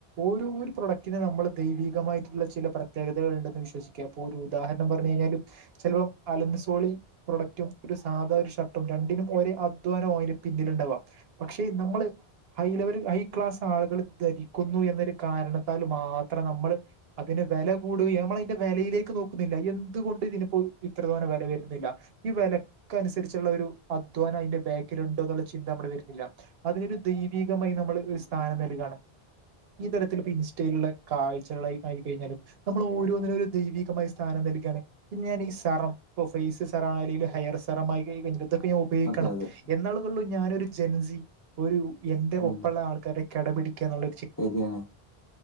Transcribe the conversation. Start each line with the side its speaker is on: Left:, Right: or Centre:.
Right: ഓരോരു പ്രോഡക്റ്റിന് ന്നമ്മൾ ദൈവികമായിട്ടുള്ള ചില പ്രത്യേകതകൾ ഉണ്ടെന്ന് വിശ്വസിക്കുന്നു. ഇപ്പൊരു ഉദാഹരണം പറഞ്ഞു കഴിഞ്ഞാലും ചിലപ്പോഅലുൻസോളി പ്രൊഡക്റ്റും ഒരുസാധാ ഒരു ഷർട്ടും രണ്ടിനും ഒരേഅധ്വാനംയിന് പിന്നിലുണ്ടാവാ പക്ഷേ ന്നമ്മള് ഹൈലെവൽ ഹൈ ക്ലാസ് ആളുകൾ ധരിക്കുന്നു എന്നൊരുകാരണത്താൽ മാത്രംന്നമ്മള് അതിന് വെലകൂടുകന്നമ്മളയ്ന്റെ വെലയിലേക്ക് നോക്കുന്നില്ല എന്തുകൊണ്ട് ഇതിനിപ്പോ ഇത്രതോനെ വെല വെരുന്നില്ല ഈവെല ക്ക്‌അനുസരിച്ചുള്ള ഒരുഅധ്വാനം അതിന്റെബാക്കിലുണ്ടോ എന്നുള്ളചിന്ത ന്നമ്മളിൽ വെരുന്നില്ല. അതിനൊരു ദൈവീകമായി ന്നമ്മള് ഹ് സ്ഥാനംനൽകാണ്. ഈതരത്തിൽ ഇപ്പോഇൻസ്റ്റയിലുള്ള കാഴ്ചകളായി ആയിക്കയ്ഞ്ഞാലും ന്നമ്മൾ ഓരോന്നിനുംരു ദൈവീകമായിസ്ഥാനം നൽകാണ് പ്പോഞാനി ഈ സെറം ഇപ്പോ ഫെയ്സ് സെറാഅല്ലെ ഹെയർസെമായി വെന്റ ഇതൊക്കെ ഞാൻ ഉപയോഗിക്കണം
Left: അതെ അതെ
Right: എന്നള് ഞാനൊരു ജെൻസിഒരു എന്റെ
Left: ഉം
Right: ഒപ്പള്ള ആൾക്കാരെ കെ ടപിടിക്കാനുള്ള
Left: ശരിയാണ്